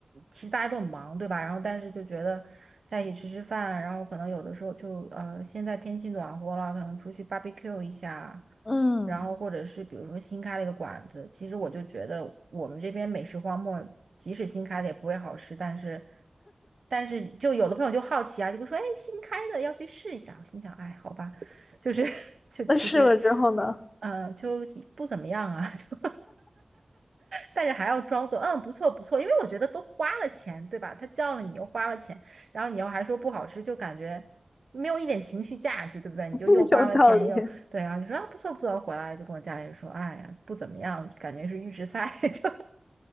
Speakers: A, on the right; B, on the left.
A: 其实大家都很忙，对吧？然后但是就觉得在一起吃吃饭，然后可能有的时候就呃，现在天气暖和了，可能出去 barbecue 一下，
B: 嗯，
A: 然后或者是比如说新开了一个馆子，其实我就觉得我们这边美食荒漠，即使新开的也不会好吃，但是但是就有的朋友就好奇啊，就会说，哎，新开的要去试一下。我心想，哎，好吧。就是 <laughs> 就其实，
B: 那试了之后呢？
A: 嗯、就不怎么样啊，<laughs> 就但是还要装作嗯不错不错，因为我觉得都花了钱，对吧？他叫了你又花了钱，然后你又还说不好吃，就感觉没有一点情绪价值，对不对？你就又花了钱又对，
B: <laughs> 有道理。
A: 然后就说啊不错不错，回来就跟我家里人说，哎呀不怎么样，感觉是预制菜，<laughs> 就